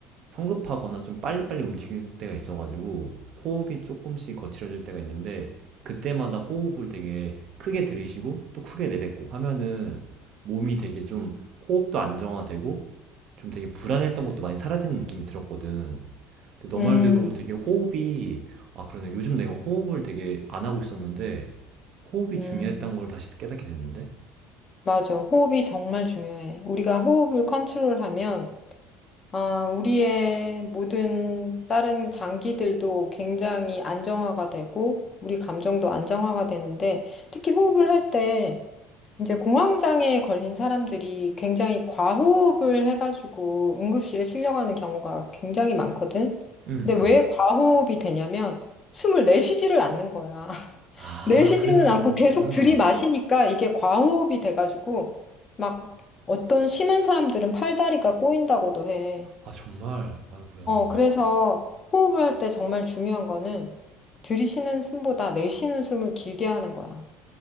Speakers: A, on the right; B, on the left.
A: 성급하거나 좀 빨리빨리 움직일 때가 있어가지고 호흡이 조금씩 거칠어질 때가 있는데 그때마다 호흡을 되게 크게 들이쉬고 또 크게 내뱉고 하면은 몸이 되게 좀 호흡도 안정화되고 좀 되게 불안했던 것도 많이 사라지는 느낌이 들었거든. 근데 너
B: 음,
A: 말대로 되게 호흡이 아, 그러네. 요즘 내가 호흡을 되게 안 하고 있었는데 호흡이
B: 음.
A: 중요했던 걸 다시 또 깨닫게 됐는데?
B: 맞아. 호흡이 정말 중요해. 우리가 호흡을 컨트롤하면, 아, 우리의 모든 다른 장기들도 굉장히 안정화가 되고, 우리 감정도 안정화가 되는데, 특히 호흡을 할 때, 이제 공황장애에 걸린 사람들이 굉장히 과호흡을 해가지고 응급실에 실려가는 경우가 굉장히 많거든.
A: 음 음.
B: 근데 왜 과호흡이 되냐면, 숨을 내쉬지를 않는 거야.
A: 아
B: 내쉬지는
A: 그래서 가오였구나.
B: 않고 계속 들이마시니까 이게 과호흡이 돼가지고 막 어떤 심한 사람들은 팔다리가 꼬인다고도 해.
A: 아 정말. 아이고야.
B: 어, 그래서 호흡을 할 때 정말 중요한 거는 들이쉬는 숨보다 내쉬는 숨을 길게 하는 거야.